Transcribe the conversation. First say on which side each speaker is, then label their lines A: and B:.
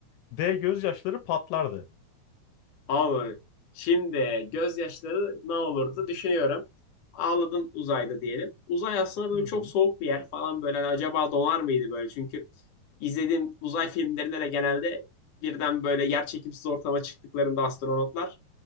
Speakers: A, on the left; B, on the left.
A: D. Gözyaşları patlardı.
B: Abi şimdi gözyaşları ne olurdu düşünüyorum. Ağladım uzayda diyelim. Uzay aslında böyle
A: Hı
B: çok
A: hı.
B: soğuk bir yer falan böyle. Hani acaba donar mıydı böyle? Çünkü izlediğim uzay filmlerinde de genelde birden böyle yer çekimsiz ortama çıktıklarında astronotlar